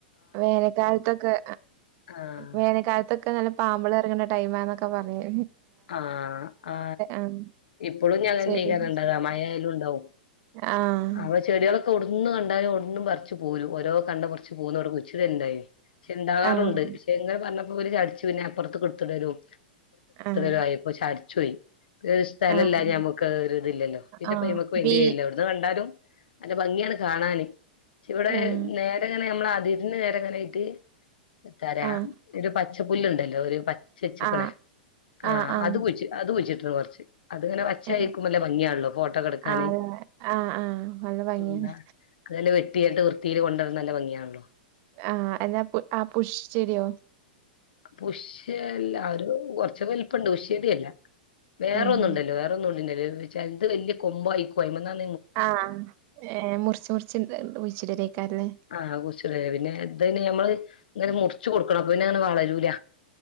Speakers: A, on the right; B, on the left.
A: വേനൽക്കാലത്തൊക്കെ
B: ആഹ്
A: വേനൽക്കാലത്തൊക്കെ നല്ല പാമ്പൾ ഇറങ്ങണ ടൈമാന്നക്കെ പറയാേ
B: ആ ആ
A: ആഹ്
B: ഇപ്പോഴും ഞാൻന്നെയക്കാനുണ്ടാക
A: ചെടി
B: മയായാലും ഉണ്ടാവും
A: ആഹ്
B: അവ ചെടികളൊക്കെ ഉടന്ന് കണ്ടാലുംഓ ച്ച് പോലും ഓരോ കണ്ടറച്ച് പോന്നക്ക് ഉച്ചിരി ഉണ്ടായി പക്ഷെ ഉണ്ടാകറുണ്ട്
A: ആഹ്
B: പക്ഷെ എങ്ങന പറ ചടു പിന്നെ അപ്പുറത്ത് കൊടുത്തടരും
A: ആഹ്
B: രുയപ്പോ ചടച്ചു പോയി ഒരു സ്ഥലമല്ല
A: ആഹ്
B: ഞമ്മുക്ക് ഒരു ഇതില്ലല്ലോ പിന്നെപ്പൊ
A: ആഹ്
B: നഞമുക്ക് വേണ്ടിയല്ല
A: ബി
B: എവിടുന്ന് കണ്ടാലും- അന്റെ ഭംഗിയാണ് കാണാാന് ഇവിടെ
A: ആഹ്
B: നേരെങ്ങനെ നമ്മൾ അതിരിന് നേരെങ്ങനായിട്ട് എന്ത പറയാൻ
A: ആഹ്
B: ഒരു പച്ചപ്പുല്ലുണ്ടല്ലേ ഒരു പച്ചച്ചക്കണേ
A: ആഹ്
B: ആ
A: ആഹ് ആഹ്
B: അത് കുഴിച്ച് അത് കുഴിച്ചിട്ട് കൊറച്ച് അത്ങ്ങനെ വച്ചയക്കുമല്ലേ
A: ഏഹ്
B: ഭംഗിയാണല്ലോ ഫോട്ടോക്ക എടുക്കാന്
A: ആഹ് ആഹ് ആഹ് നല്ല ഭംഗിയാണ്
B: ഉന്നാ അതെല്ല വെട്ടിയെട്ട് വൃത്തിയിൽ കൊണ്ടുവരുന്ന നല്ല ഭംഗിയാണല്ലോ
A: ആഹ് എന്താ പു ആ പുഷ് ചെടിയോ
B: പുഷ് അല്ല അ ഒരു കൊറച്ചക്ക വലിപ്പ ഉണ്ട് ഉഷ്‌എടി അല്ല വേറെ
A: ഏഹ്
B: ഒന്നുണ്ടല്ലോ വേറൊന്നും ഉണ്ട്ൻ്റെടേല്ല് ചണ്ട് വല്യ കൊമ്പായി ക്കോയ്മന്നാൽ
A: ആഹ് ഏ മുറിച്ച് മുറിച്ച് <unintelligible> ഒഴിച്ചിടരേക്കാല്ലേ
B: ആഹ് കൊറച്ച് നേരായ് പിന്നെ ഇത്‌ന് ഞമ്മള് ഇങ്ങനെ മുറിച്ചു കൊടുക്കണം അപ്പൊ പിന്നെ അങ്ങനെ വളരൂല